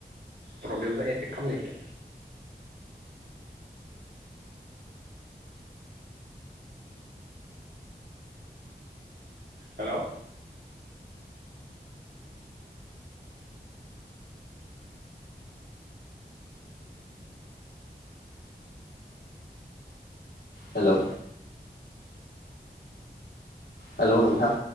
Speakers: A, on the right (about 80°); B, on the left (about 75°).
A: प्रब्लेमजों एटेक खालामनायखौ हेलौ
B: हेलौ हेलौ नोंथां